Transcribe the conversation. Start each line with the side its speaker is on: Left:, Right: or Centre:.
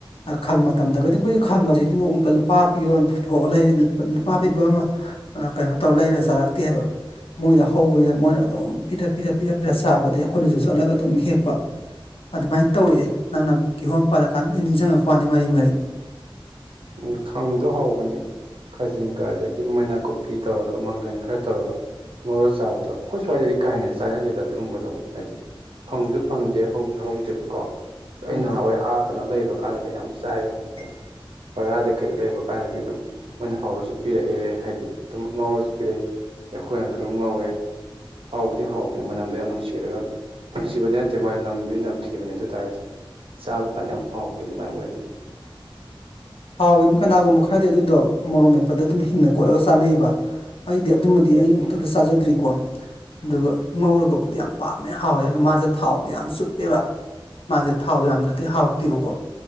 Left: ꯑ ꯈꯪ ꯃꯇꯝꯗꯒꯗꯤ ꯑꯩꯈꯣꯏꯖꯦ ꯈꯪ ꯒꯁꯤꯗꯤ ꯅꯣꯡꯃꯇ ꯂꯨꯄꯥ ꯄꯤꯕ ꯑꯃ ꯄꯨꯊꯣꯛꯑꯒ ꯂꯩ ꯂꯨꯄꯥ ꯄꯤꯕ ꯑꯃ ꯑ ꯀꯩꯅꯣ ꯇꯧꯔ ꯂꯩꯔ ꯆꯥꯔꯛꯇꯦ ꯍꯥꯏꯕ ꯃꯣꯏꯗ ꯍꯧꯕꯅꯤꯅ ꯃꯣꯏꯅ ꯑꯗꯨꯝ ꯄꯤꯔ ꯄꯤꯔ ꯄꯤꯔꯛ ꯄꯤꯔꯛ ꯆꯥꯕꯗꯩ ꯑꯩꯈꯣꯏꯅꯁꯨ ꯆꯠꯂꯒ ꯑꯗꯨꯝ ꯍꯦꯛꯄ ꯑꯗꯨꯃꯥꯏꯅ ꯇꯧꯔꯛꯑꯦ ꯅꯪꯅ ꯀꯤꯍꯣꯝ ꯄꯜꯂꯀꯥꯟꯗ ꯅꯤꯡꯁꯤꯡꯉꯛꯄꯋꯥꯅꯦ ꯃꯔꯤ ꯃꯔꯤ
Right: ꯎꯝ ꯈꯪꯗꯣ ꯍꯥꯎꯕꯅꯦ ꯈꯥꯖꯤꯡꯒ ꯑꯗꯒꯤ ꯃꯣꯏ ꯅꯥꯀꯨꯞꯄꯤ ꯇꯧꯔꯒ ꯃꯪꯒꯟ ꯈꯔ ꯇꯧꯔꯒ ꯉꯧꯔꯒꯥ ꯆꯥꯕꯗꯣ ꯑꯩꯈꯣꯏ ꯁ꯭ꯋꯥꯏꯗꯗꯤ ꯀꯥ ꯍꯦꯟꯅ ꯆꯥꯟꯅꯗꯦꯗ ꯑꯗꯨꯒꯨꯝꯕꯗꯣ ꯑꯃꯨꯛ ꯍꯥꯏꯗꯤ ꯐꯪꯁꯨ ꯐꯪꯗꯦ ꯍꯧꯁꯨ ꯍꯧꯗꯦꯕꯀꯣ ꯑꯩ
Left: ꯎꯝ
Right: ꯅꯍꯥꯟꯋꯥꯏ ꯑꯥ ꯀꯩꯅꯣꯗ ꯂꯩꯕ ꯀꯥꯟꯗꯗꯤ ꯌꯥꯝ ꯆꯥꯏꯌꯦ ꯕꯔꯥꯗ ꯀꯩꯗ ꯂꯩꯕ ꯀꯥꯟꯗꯗꯤ ꯑꯗꯨꯝ ꯃꯣꯏꯅ ꯍꯧꯔꯁꯨ ꯄꯤꯔꯛꯑꯦ ꯍꯥꯏꯗꯤ ꯑꯗꯨꯝ ꯉꯧꯔꯒꯁꯨ ꯄꯤꯔꯛꯑꯦ ꯑꯩꯈꯣꯏꯅꯁꯨ ꯑꯗꯨꯝ ꯉꯧꯋꯦ ꯍꯥꯎꯕꯗꯤ ꯍꯥꯎꯕꯅꯦ ꯃꯅꯝꯗꯣ ꯌꯥꯝ ꯅꯨꯡꯁꯤꯔꯒ ꯅꯨꯡꯁꯤꯕꯗꯤ ꯅꯠꯇꯦ ꯃꯥꯅꯝ ꯅꯝꯗꯤ ꯅꯝꯊꯤꯕꯅꯦ ꯑꯗꯨ ꯇꯥꯔꯒꯁꯨ ꯆꯥꯕ ꯀꯥꯟꯗ ꯌꯥꯝ ꯍꯥꯎꯕꯗꯣ ꯑꯗꯨꯃꯥꯏꯅ ꯑꯣꯏꯕꯅꯦ
Left: ꯍꯥꯎꯋꯤꯉꯣ ꯀꯅꯥꯒꯨꯝꯕ ꯈꯔꯗꯤ ꯑꯗꯨꯗꯣ ꯃꯣꯔꯣꯛ ꯃꯦꯄꯗ ꯑꯗꯨꯝ ꯍꯤꯡꯅ ꯀꯣꯠꯂꯒ ꯆꯥꯅꯩꯑꯦꯕ ꯑꯩꯗꯤ ꯑꯗꯨꯃꯗꯤ ꯑꯩ ꯑꯃꯨꯛꯇꯗ ꯆꯥꯖꯗ꯭ꯔꯤꯀꯣ ꯑꯗꯨꯒ ꯉꯧꯔꯒ ꯕꯨꯗꯤ ꯌꯥꯝ ꯄꯥꯝꯃꯦ ꯍꯥꯎꯋꯦ ꯑꯗ ꯃꯥꯁꯦ ꯊꯥꯎꯕꯨꯗꯤ ꯌꯥꯝ ꯆꯨꯞꯄꯦꯕ ꯃꯥꯁꯦ ꯊꯥꯎ ꯌꯥꯝꯗ꯭ꯔꯗꯤ ꯍꯥꯎꯇꯦꯕꯀꯣ